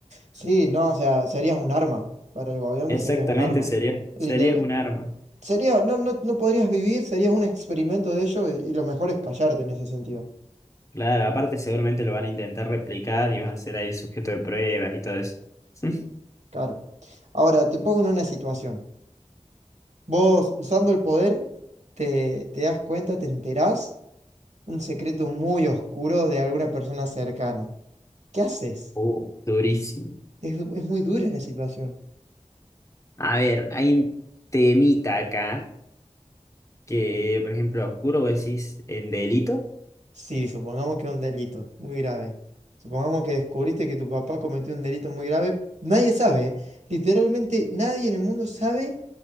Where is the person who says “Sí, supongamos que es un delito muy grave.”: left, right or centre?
Right